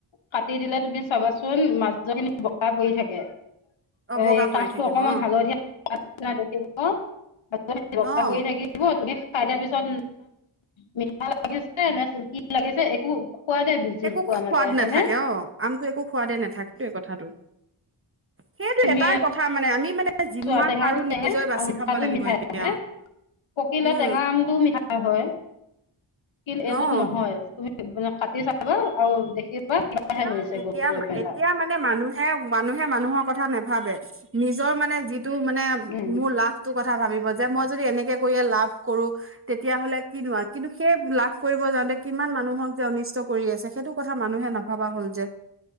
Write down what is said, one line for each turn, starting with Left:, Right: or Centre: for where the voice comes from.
Left: কাটি দিলে তুমি চাবাচোন মাজৰখিনি বগা পৰি থাকে
Right: অ',
Left: এ
Right: বগা
Left: কাষটো
Right: পৰি থাকিব
Left: অকমান
Right: অ',
Left: হালধীয়া <unintelligible>
Right: অ',
Left: খাই দিয়া পিছত মিঠা লাগিছে নে কি লাগিছে একো <unintelligible> বুজি
Right: একো
Left: পোৱা
Right: সোৱাদ
Left: নাযায়
Right: নাথাকে
Left: হয়নে
Right: অ আমটো একো সোৱাদে নাথাকে এইটোৱে কথাটো। সেইটো
Left: তুমি
Right: এটাই কথা মানে আমি মানে যিমান
Left: চোৱা টেঙাটো
Right: পাৰো নিজে
Left: টেঙাই
Right: বাচি
Left: মিঠাটো
Right: খাব লাগিব
Left: মিঠায়ে
Right: এতিয়া,
Left: হয়নে? পকিলে
Right: উম,
Left: টেঙা আমটোও মিঠা হয় কিন্তু
Right: অ'।
Left: এইটোত নহয়। মানে কাটি চাবা আৰু দেখিবা কিবাহে
Right: নাই
Left: হৈছে
Right: এতিয়া
Left: গৈ গৈ পেলাই
Right: এতিয়া মানে মানুহে মানুহে মানুহৰ কথা নেভাবে। নিজৰ মানে যিটো মানে
Left: উম
Right: মোৰ লাভটো কথা ভাবিব যে মই যদি এনেকে কৰিলে লাভ কৰো তেতিয়া হ'লে কিনো আও কিন্তু সেই লাভ কৰিব যাওঁতে কিমান মানুহক যে অনিষ্ট কৰি আছে সেইটো কথা মানুহে নাভা ভাবা হ'ল যে